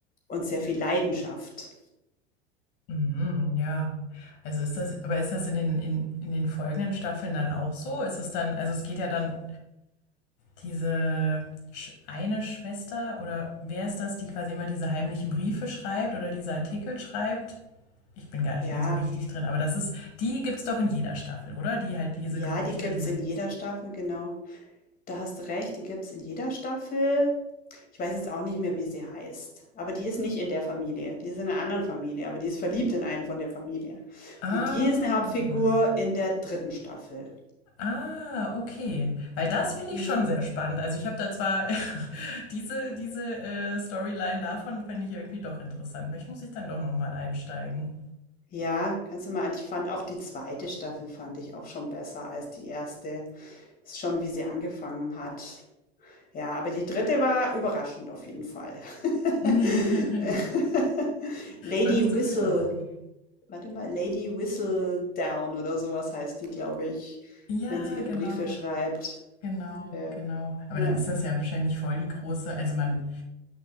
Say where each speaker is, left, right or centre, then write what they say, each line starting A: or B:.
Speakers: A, on the left; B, on the left.
A: und sehr viel Leidenschaft.
B: Mhm. Ja. Also ist das, aber ist das in den, in, in den folgenden Staffeln dann auch so? Ist es dann, also es geht ja dann diese Sch- eine Schwester oder wer ist das, die quasi immer diese heimlichen Briefe schreibt oder diese Artikel schreibt? Ich bin gar nicht
A: Ja,
B: mehr so richtig drin, aber das ist, die gibt's doch in jeder Staffel, oder? Die halt diese
A: ja,
B: Gerüchte,
A: die gibt's
B: diese.
A: in jeder Staffel, genau. Da hast du recht, die gibt's in jeder Staffel. Ich weiß jetzt auch nicht mehr, wie sie heißt, aber die ist nicht in der Familie, die ist in einer anderen Familie, aber die ist verliebt in einen von der Familie.
B: Ah,
A: Und die ist eine Hauptfigur in der dritten Staffel.
B: ah, okay. Weil das finde
A: Hm.
B: ich schon sehr spannend. Also ich habe da zwar <laughs> diese diese äh, Storyline davon fände ich irgendwie doch interessant. Vielleicht muss ich dann doch noch mal einsteigen.
A: Ja, kannst du mal an ich fand auch die zweite Staffel fand ich auch schon besser als die erste. Ist schon, wie sie angefangen hat. Ja, aber die dritte war überraschend auf jeden Fall. <laughs>
B: <laughs>
A: Lady
B: noch nicht
A: Whistle,
B: zu viel verraten.
A: warte mal, Lady Whistledown oder sowas heißt die, glaube ich,
B: Ja,
A: wenn sie ihre
B: genau.
A: Briefe schreibt.
B: Genau,
A: Ihre,
B: genau. Aber
A: ja.
B: dann ist das ja wahrscheinlich voll die große, also man,